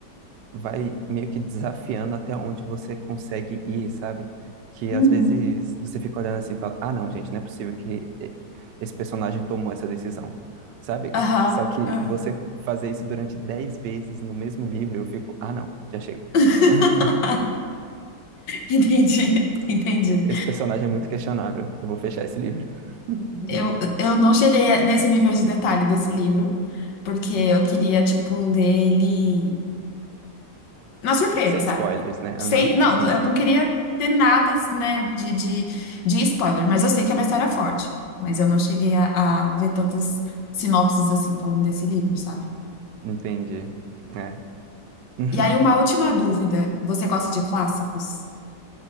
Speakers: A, on the right; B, on the left.
A: vai meio que desafiando até onde você consegue ir, sabe? Que
B: Uhum.
A: às vezes você fica olhando assim e fala: ah, não, gente, não é possível que e- esse personagem tomou essa decisão, sabe?
B: Aham.
A: Só que
B: aham.
A: você fazer isso durante 10 vezes no mesmo livro, eu fico: ah, não, já chega.
B: <laughs>
A: <laughs>
B: Entendi, entendi.
A: Esse personagem é muito questionável, eu vou fechar esse livro. <laughs>
B: Eu, eu não cheguei nesse nível de detalhe desse livro, porque eu queria, tipo, ler ele. na surpresa,
A: Sem
B: sabe?
A: spoilers, né?
B: Sem,
A: Aham,
B: não,
A: sim,
B: eu não queria ter nada, né, de, de, de spoiler, mas eu sei que é uma história forte. Mas eu não cheguei a, a ver tantas sinopses assim falando desse livro, sabe?
A: entendi. É. <laughs>
B: E aí, uma última dúvida. Você gosta de clássicos?